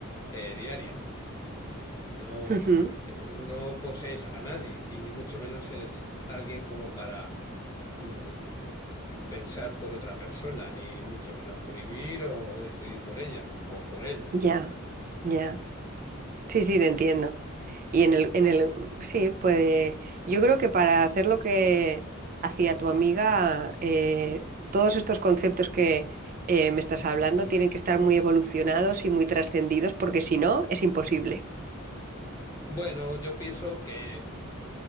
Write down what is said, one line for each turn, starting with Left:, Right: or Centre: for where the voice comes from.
Left: eh, diaria. No,
Right: Ujú,
Left: eh, no posees a nadie y ni mucho menos eres alguien como para mm, pensar por otra persona, ni mucho menos prohibir o decidir por ella o por él.
Right: Ya, ya. Sí, sí, te entiendo. Y en el, en el, sí, puede. Yo creo que para hacer lo que hacía tu amiga, eh, todos estos conceptos que eh, me estás hablando tienen que estar muy evolucionados y muy trascendidos, porque si no, es imposible.
Left: Bueno, yo pienso que mm,